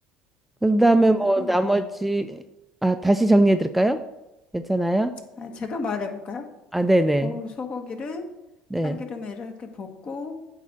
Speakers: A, in the centre; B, on the left (about 45°).
A: 그 다음에
B: 끓이다가,
A: 뭐 나머지,
B: 뭐,
A: 아, 다시 정리해 드릴까요? 괜찮아요?
B: 아, 제가 말해볼까요?
A: 아, 네네,
B: 고 소고기를
A: 네,
B: 참기름에 이렇게 볶고,